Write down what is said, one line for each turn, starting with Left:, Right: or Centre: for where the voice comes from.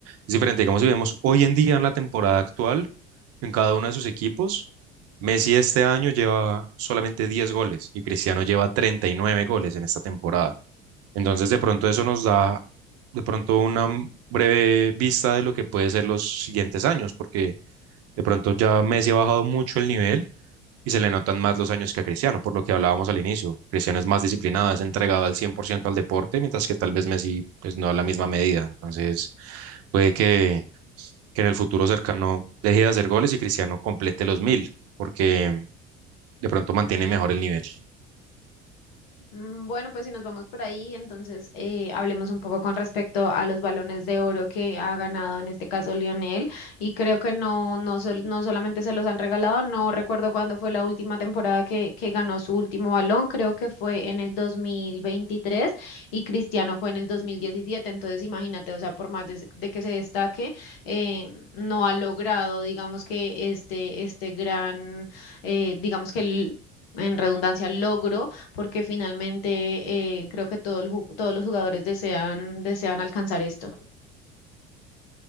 Right: es diferente. Digamos, si vemos hoy en día en la temporada actual, en cada uno de sus equipos. Messi este año lleva solamente 10 goles y Cristiano lleva 39 goles en esta temporada. Entonces, de pronto eso nos da de pronto una m- breve vista de lo que puede ser los siguientes años, porque de pronto ya Messi ha bajado mucho el nivel y se le notan más los años que a Cristiano, por lo que hablábamos al inicio. Cristiano es más disciplinado, es entregado al 100% al deporte, mientras que tal vez Messi pues no a la misma medida. Entonces, puede que que en el futuro cercano deje de hacer goles y Cristiano complete los mil, porque de pronto mantiene mejor el nivel.
Left: Mm, Bueno, pues si nos vamos por ahí, entonces eh, hablemos un poco con respecto a los balones de oro que ha ganado en este caso Lionel. Y creo que no, no, sol- no solamente se los han regalado, no recuerdo cuándo fue la última temporada que, que ganó su último balón, creo que fue en el 2023 y Cristiano fue en el dos mil diecisiete, Entonces imagínate, o sea, por más de, de que se destaque, eh, no ha logrado, digamos que este, este gran, eh, digamos que... el- en redundancia, logro porque finalmente eh, creo que todo el ju- todos los jugadores desean, desean alcanzar esto.